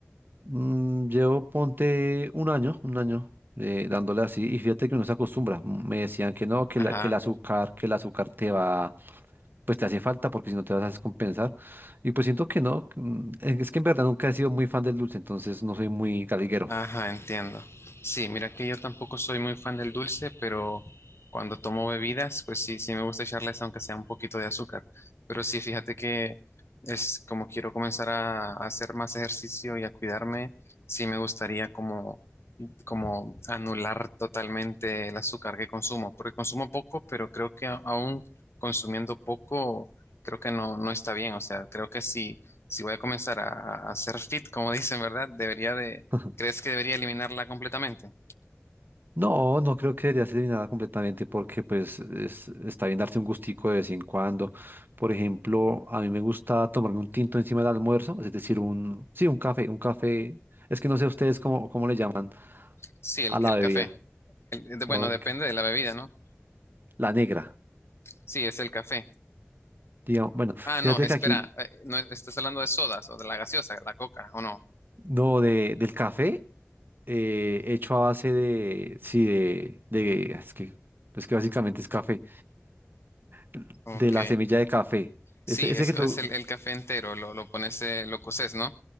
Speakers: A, on the right; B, on the left.
A: Mm, llevo, ponte un año, un año eh, dándole así y fíjate que uno se acostumbra. Mm, Me decían que no, que,
B: Ajá.
A: la, que el azúcar, que el azúcar te va, pues te hace falta porque si no te vas a descompensar. Y pues siento que no, que, mm, es que en verdad nunca he sido muy fan del dulce, entonces no soy muy galiguero.
B: Ajá, entiendo. Sí, mira que yo tampoco soy muy fan del dulce, pero cuando tomo bebidas, pues sí, sí me gusta echarles aunque sea un poquito de azúcar. Pero sí, fíjate que es como quiero comenzar a, a hacer más ejercicio y a cuidarme, sí me gustaría como como anular totalmente el azúcar que consumo, porque consumo poco, pero creo que a- aún consumiendo poco, creo que no, no está bien. O sea, creo que si, si voy a comenzar a, a hacer fit, como <laughs> dicen, ¿verdad? Debería de,
A: <laughs>
B: ¿crees que debería eliminarla completamente?
A: No, no creo que debería ser eliminada completamente porque pues es- está bien darse un gustico de vez en cuando. Por ejemplo, a mí me gusta tomarme un tinto encima del almuerzo, es decir, un, sí, un café, un café. Es que no sé ustedes cómo, cómo le llaman
B: Sí, el,
A: A la
B: el
A: bebida.
B: café. El- de- bueno,
A: Ok.
B: depende de la bebida, ¿no?
A: La negra.
B: Sí, es el café.
A: Digamos, bueno,
B: Ah,
A: fíjate
B: no, Sí, espera,
A: que aquí,
B: eh, no, estás hablando de sodas o de la gaseosa, la coca, ¿o no?
A: no, de, del café, eh, hecho a base de, sí, de, de, es que, es que básicamente es café, <laughs>
B: Ok.
A: de la semilla de café. Ese,
B: sí,
A: ese
B: Sí, es,
A: que
B: es
A: tú,
B: el, el café entero, lo, lo pones, eh, lo coces, ¿no?